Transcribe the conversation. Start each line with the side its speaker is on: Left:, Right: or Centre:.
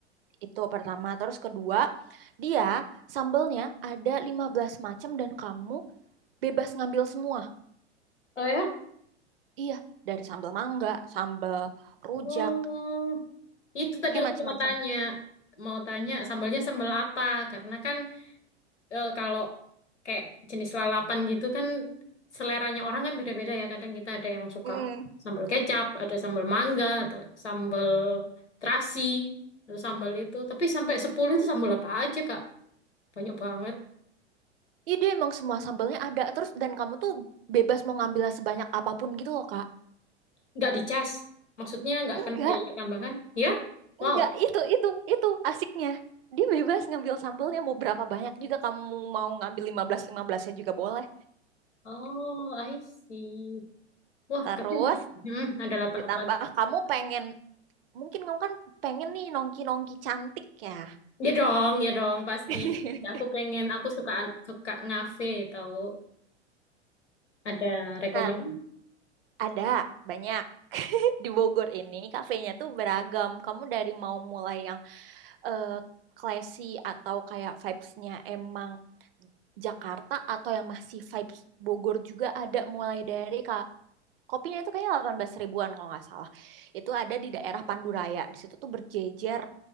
Right: Itu pertama. Terus kedua, dia sambelnya ada 15 macam dan kamu bebas ngambil semua.
Left: Oh ya?
Right: Iya, dari sambal mangga, sambal rujak,
Left: Oh, itu tadi
Right: kayak
Left: aku
Right: macam-macam.
Left: mau tanya. Mau tanya sambalnya sambal apa? Karena kan eh, kalau kayak jenis lalapan gitu kan seleranya orang kan beda-beda ya. Kadang kita ada yang suka
Right: Mm-mm.
Left: sambal kecap, ada sambal mangga, atau sambal terasi, atau sambal itu. Tapi sampai 10 itu sambal apa aja, Kak? Banyak banget.
Right: Iya, dia emang semua sambelnya ada terus dan kamu tuh bebas mau ngambil sebanyak apapun gitu loh, Kak.
Left: Nggak dicas. Maksudnya nggak
Right: Enggak,
Left: kena biaya tambahan. Ya? Wow.
Right: enggak, itu itu itu asiknya. Dia bebas ngambil sambelnya mau berapa banyak juga kamu mau ngambil 15 15-nya juga boleh.
Left: Oh, I see. Wah,
Right: Terus
Left: keren. Hmm, ada apa,
Right: ditambah
Left: apa lagi?
Right: kamu pengen mungkin kamu kan pengen nih nongki-nongki cantik ya.
Left: Ya dong, ya dong, pasti.
Right: <laughs>
Left: Ya, aku pengen, aku suka suka ngafe tau. Ada rekomend?
Right: Nah, ada banyak. Di Bogor ini kafenya tuh beragam. Kamu dari mau mulai yang eh classy atau kayak vibes-nya emang Jakarta atau yang masih vibes Bogor juga ada mulai dari kak kopinya itu kayaknya 18 ribuan kalau nggak salah itu ada di daerah Panduraya di situ tuh berjejer